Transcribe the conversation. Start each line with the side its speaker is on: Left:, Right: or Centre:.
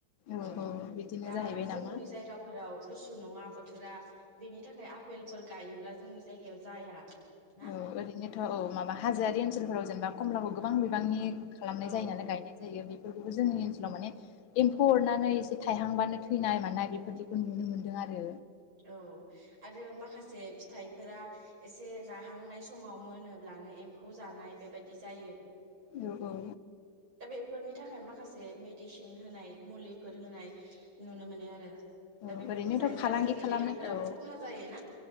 Left: औ
Right: ओ
Left: औ बिदिनो
Right: दा
Left: जाहैबाय
Right: जोंनि
Left: नामा
Right: जायगाफोराव। गुसु नङा बोथोरा। बेनि थाखाय आफेलफोर गायोब्ला। जोंनि जायगायाव जाया। ना
Left: औ ओरैनोथ औ माबा हाजोआरि। ओनसोलफोराव जेनबा कमलाखौ गोबां बिबांनि। खालामनाय
Right: औ
Left: जायो नालाय गायनाय जायो बि। बेफोरखौबो जोंनि ओनसोलाव माने एम्फौ अरनानै एसे थायहांबानो थैनाय मानाय बेफोरदिखौ नुनो मोन्दों आरो।
Right: औ आरो माखासे फिथ। थाइफोरा एसे राहांनाय समाव मोनोब्लानो एम्फौ जानाय बेबायदि जायो।
Left: औ औ
Right: दा बेफोरनि थाखाय माखासे मेडिसिन होनाय मुलिफोर होनाय। नुनो मोनो आरो
Left: औ
Right: दा बेफोरखौ
Left: ओरैनोथ'
Right: जायोब्ला
Left: फालांगि
Right: जोंनि।
Left: औ
Right: देहाफोराबो खहा जायोना